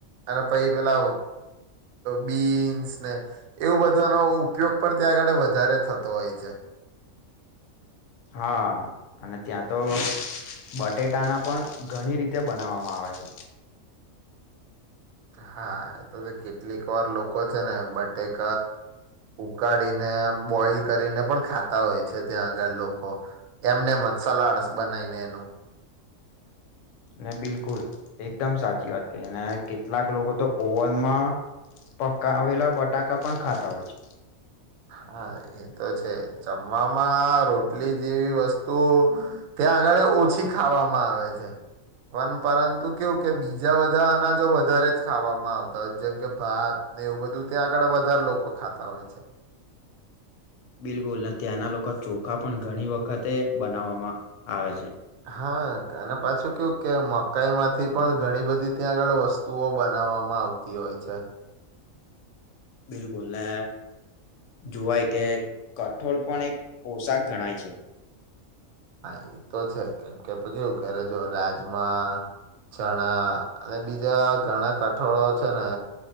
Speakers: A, on the right (about 85°); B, on the left (about 70°).
A: અને પછ પેલા બીન્સ ને એવું બધાનો ઉપયોગ પણ ત્યાં આગળે વધારે થતો હોય છે
B: હા અને ત્યાં તો બટેટાના પણ ઘણી રીતે બનાવવામાં આવે છે
A: હા એ તો કેટલીક વાર લોકો છે ને બટેક ઉકાળીને બોઈલ કરીને પણ ખાતા હોય છે ત્યાં આગળ લોકો એમને મસાલા બનાવીને નું
B: ને બિલકુલ એકદમ સાચી વાત ક અને કેટલાક લોકો તો ઓવનમાં પકાવેલા બટાકા પણ ખાતા હોય છે
A: હા એતો છે જમવામાં રોટલી જેવી વસ્તુ ત્યાં આગળ ઓછી ખાવામાં આવે છે પણ પરંતુ કેવું કે બીજા બધા અનાજો વધારે જ ખાવામાં આવતા હોય જેમ કે ભાત ને એવું બધું ત્યાં આગળ વધારે લોકો ખાતા હોય છે
B: બિલકુલ અને ત્યાંના લોકો ચોખા પણ ઘણી વખતે બનાવામાં આવે છે
A: હા અને પાછું કેવું કે મકાઈ માંથી પણ ઘણી બધી ત્યાં આગળ વસ્તુઓ બના આવતી હોય છે
B: બિલકુલ ને જોવાય કે કઠોળ પણ એક પોશાક ગણાય છે
A: હા એ તો છે કેમ કે કેવું કે જો રાજમાં ચણા અને બીજા ઘણા કઠોળો છે ને